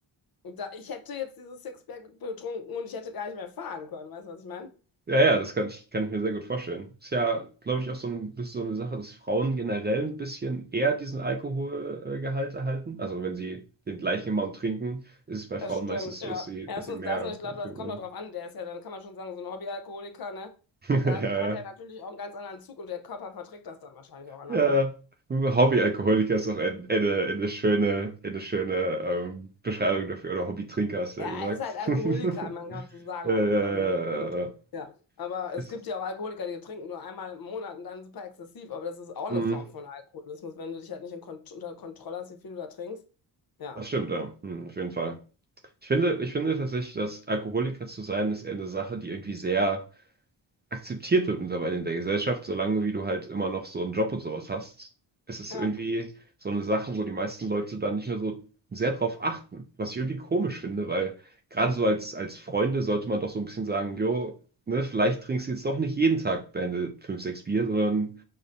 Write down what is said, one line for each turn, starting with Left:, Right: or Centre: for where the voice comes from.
Left: und da, ich hätte jetzt dieses Sixpack betrunken und ich hätte gar nicht mehr fahren können, weißt du, was ich meine?
Right: Ja, ja, das kann ich, kann ich mir sehr gut vorstellen. Ist ja, glaube ich, auch so, ein, bisschen so eine Sache, dass Frauen generell ein bisschen eher diesen Alkoholgehalt erhalten. Also wenn sie den gleichen Amount trinken, ist es bei
Left: Das
Right: Frauen
Left: stimmt,
Right: meistens so,
Left: ja.
Right: dass sie,
Left: Erstens
Right: dass sie mehr
Left: das und ich glaube, das
Right: tun
Left: kommt
Right: werden.
Left: auch drauf an. Der ist ja, dann kann man schon sagen, so ein Hobbyalkoholiker, ne?
Right: <laughs>
Left: Dann
Right: Ja,
Left: hat er natürlich auch einen ganz anderen Zug und der Körper verträgt das dann wahrscheinlich auch anders,
Right: Ja,
Left: ne?
Right: Hobbyalkoholiker ist doch ein- eine, eine schöne, eine schöne ähm, Beschreibung dafür. Oder Hobbytrinker hast du
Left: Ja,
Right: ja gesagt.
Left: er ist halt Alkoholiker,
Right: <laughs>
Left: man kann so sagen
Right: Ja,
Left: auch einfach,
Right: ja,
Left: ne?
Right: ja,
Left: Punkt.
Right: ja. ja.
Left: Ja. Aber es
Right: Ist,
Left: gibt ja auch Alkoholiker, die trinken nur einmal im Monat und dann super exzessiv, aber das ist auch eine
Right: mhm.
Left: Form von Alkoholismus, wenn du dich halt nicht in Kont unter Kontrolle hast, wie viel du da trinkst. Ja.
Right: Das stimmt, ja. Mhm, auf jeden Fall. Ich finde, ich finde tatsächlich, dass Alkoholiker zu sein, ist eher eine Sache, die irgendwie sehr akzeptiert wird mittlerweile in der Gesellschaft, solange wie du halt immer noch so einen Job und sowas hast. Es ist
Left: Ja.
Right: irgendwie so eine Sache, wo die meisten Leute dann nicht mehr so sehr drauf achten, was ich irgendwie komisch finde, weil gerade so als, als Freunde sollte man doch so ein bisschen sagen, jo, ne, vielleicht trinkst du jetzt doch nicht jeden Tag deine 5 6 Bier, sondern